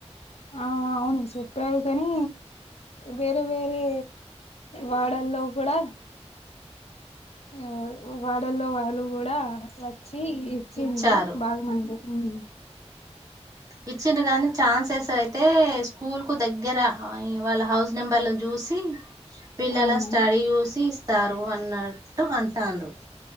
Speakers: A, on the left; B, on the right.
A: ఆ అవును చెప్పారు కానీ వేరే వేరే వాడల్లో కూడ ఆ వాడల్లో వాళ్ళు కూడ వచ్చి వచ్చిండు
B: ఇచ్చారు
A: <unintelligible> మంది ఉ
B: ఇచ్చిండు కానీ ఛాన్సెస్ అయితే స్కూల్ కు దగ్గర వాళ్ళ హౌస్ నెంబర్లను చూసి పిల్లల
A: అవును
B: స్టడీ చూసి ఇస్తారు అన్నట్టు అంటండ్రు